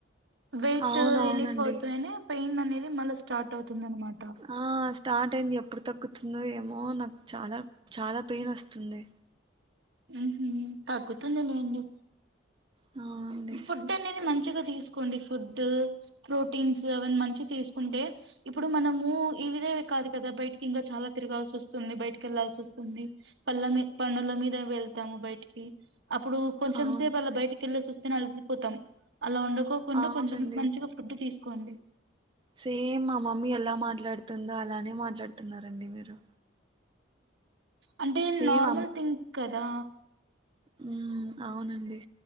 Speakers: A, on the right; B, on the right.
A: వెయిట్
B: అవునవునండి
A: రిలీఫ్ అవుతాయని పెయిన్ అనేది మళ్ళీ స్టార్ట్ అవుతుంది అనమాట
B: ఆ స్టార్ట్ అయింది ఎప్పుడు తగ్గుతుందో ఏమో మో నాకు చాలా చాలా పెయిన్ వస్తుంది
A: హ్మ్మ్ హు తగ్గుతుంది లేండి
B: ఆ అండి
A: ఫుడ్ అనేది మంచిగా తీసుకోండి ఫుడ్ ప్రోటీన్స్ అవన్నీ మంచి తీసుకుంటే ఇప్పుడు మనము ఇవిదే కాదు కదా బయటికి ఇంకా చాలా తిరగాల్సి వస్తుంది బయటికి వెళ్లాాల్సి వస్తుంది పళ్ళ మీ పన్నుల మీద వెళ్తాము బయటికి అప్పుడు కొంచెం
B: అవును
A: సేపు అలా బయకి వెళ్ళేసస్ రికినే అలసిపోతాం అలా ఉండకోకుండా
B: అవునండి
A: కొంచెం మంచిగా ఫుడ్ తీస్ కోండి
B: సేమ్ మా మమ్మీ ఎలా మాట్లాడుతుందో అలానే మాట్లాడుతున్నారండి మీరు
A: అంటే
B: సేమ్
A: నార్మల్ థింక్ కదా
B: హుమ్ అవునండి